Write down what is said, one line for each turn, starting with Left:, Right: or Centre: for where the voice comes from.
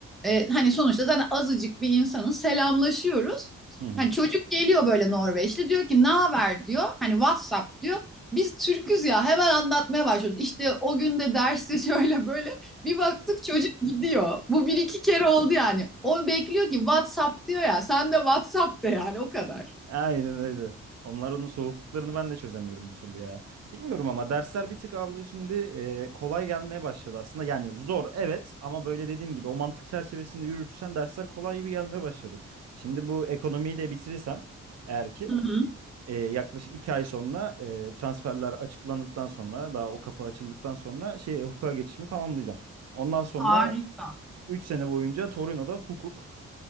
Centre: e, hani sonuçta zaten azıcık bir insanız selamlaşıyoruz.
Right: Hı hı.
Centre: Hani çocuk geliyor böyle Norveçli diyor ki ne haber diyor hani WhatsApp diyor. Biz Türküz ya hemen anlatmaya başlıyoruz. İşte o gün de derste <laughs> şöyle böyle bir baktık çocuk gidiyor. Bu bir iki kere oldu yani. O bekliyor ki WhatsApp diyor ya. Sen de WhatsApp de yani o kadar.
Right: Aynen öyle. Onlar onun soğukluklarını ben de çözemiyorum bir türlü ya. Bilmiyorum ama dersler bir tık abla şimdi e, kolay gelmeye başladı aslında. Yani zor evet ama böyle dediğim gibi o mantık çerçevesinde yürütürsen dersler kolay gibi gelmeye başladı. Şimdi bu ekonomiyi de bitirirsem eğer ki
Centre: Hı hı.
Right: e, yaklaşık iki ay sonra e, transferler açıklandıktan sonra daha o kapı açıldıktan sonra şeye hukuka geçişimi tamamlayacağım. Ondan sonra
Centre: Harika.
Right: 3 sene boyunca Torino'da hukuk